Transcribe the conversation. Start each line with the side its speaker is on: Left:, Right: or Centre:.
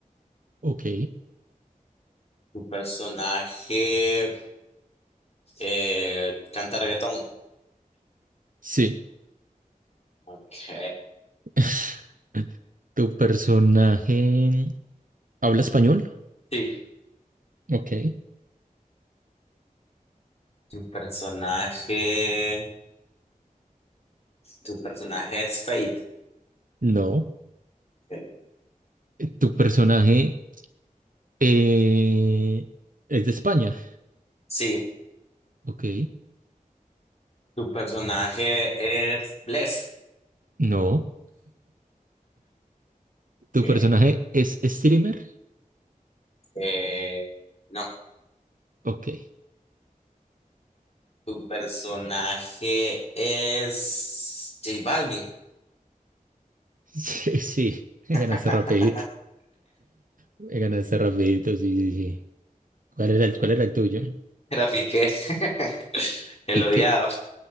Right: Ok,
Left: ¿Tu personaje eh, canta reggaetón?
Right: sí.
Left: Ok.
Right: <laughs> ¿Tu personaje habla español?
Left: Sí.
Right: Ok.
Left: ¿Tu personaje, tu personaje es Fate?
Right: No.
Left: Ok.
Right: ¿Tu personaje eh, es de España?
Left: Sí.
Right: Ok.
Left: Tu personaje es Bless.
Right: No. ¿Tu
Left: Okay.
Right: personaje es streamer?
Left: Eh, no,
Right: Ok. <laughs>
Left: tu personaje es J Balvin.
Right: Sí, sí. Me
Left: <laughs>
Right: ganaste rapidito. Me ganaste rapidito, sí, sí, sí. ¿Cuál era el, cuál era el tuyo?
Left: Era Piqué, <laughs> el
Right: Pique.
Left: odiado.